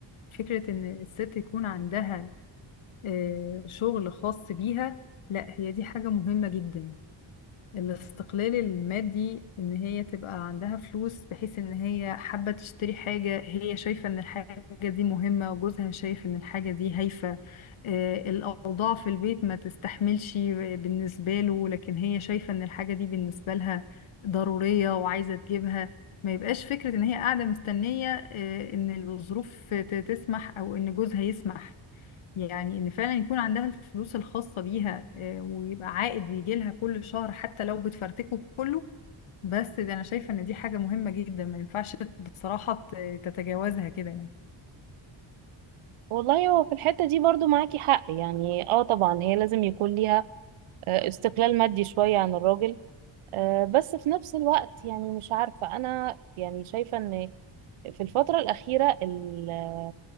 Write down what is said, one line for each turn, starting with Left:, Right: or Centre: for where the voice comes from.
Left: فكرة ان الست يكون عندها آه، شغل خاص بيها لا هي دي حاجة مهمة جدا الاستقلال المادي ان هي تبقى عندها فلوس بحيث ان هي حابة تشتري حاجة هي شايفة ان الحاجة دي مهمة وجوزها شايف ان الحاجة دي هايفة آه، الاوضاع في البيت ما تستحملش بالنسبة له لكن هي شايفة ان الحاجة دي بالنسبة لها ضرورية وعايزة تجيبها ما يبقاش فكرة ان هي قاعدة مستنية آه، ان الظروف ت- تسمح او ان جوزها يسمح يعني ان فعلا يكون عندها الفلوس الخاصة بيها آه، ويبقى عائد بيجي لها كل شهر حتى لو بتفرتكه كله بس ده انا شايفة ان دي حاجة مهمة جدا ما ينفعش بصراحة ت- تتجاوزها كده يعني
Right: والله هو في الحتة دي برضو معاكي حق يعني اه طبعا هي لازم يكون ليها آه، استقلال مادي شوية عن الراجل آه، بس في نفس الوقت يعني مش عارفة أنا يعني شايفة إن في الفترة الأخيرة ال-